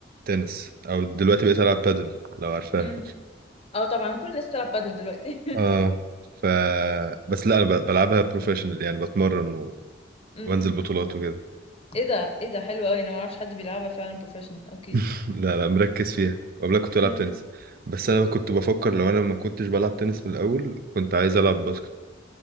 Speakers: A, on the right; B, on the left.
A: تنس او دلوقتي بقيت العب بادل لو عارفاها
B: مم. اه طبعا كل الناس بتلعب بادل دلوقتي <laughs>
A: اه ف بس لا انا ب- بلعبها بروفيشنال يعني بتمرن و...
B: امم
A: وانزل بطولات وكده
B: ايه ده ايه ده حلو قوي انا ما اعرفش حد بيلعبها فعلا بروفيشنال اوكي
A: <laughs> لا لا مركز فيها وقبلها كنت بلعب
B: امم
A: تنس بس انا كنت بفكر لو انا ما كنتش بلعب تنس من الاول كنت عايز العب باسكت